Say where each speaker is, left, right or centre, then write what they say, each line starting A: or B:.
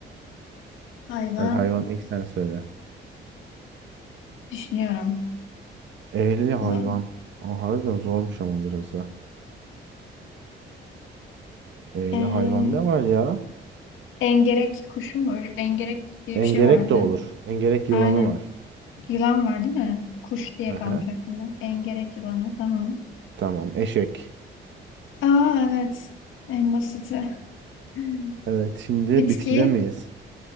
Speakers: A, on the left; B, on the right.
A: <laughs> hayvan
B: Hadi hayvan ilk sen söyle.
A: düşünüyorum.
B: Eğli hayvan.
A: Ulan.
B: O harbiden zormuş ama biraz ha. Eğli
A: Ee,
B: hayvan ne var ya?
A: Engerek kuşu mu? Öyle- Engerek diye
B: Engerek
A: bir şey vardı.
B: de olur. Engerek yılanı
A: Aynen.
B: var.
A: Yılan var değil mi? Kuş diye
B: Aha,
A: kalmış aklımda. Engerek yılanı. Tamam.
B: Tamam eşek. <laughs>
A: Aa evet. En basiti. <laughs>
B: Evet şimdi
A: Bitki.
B: bitkide miyiz?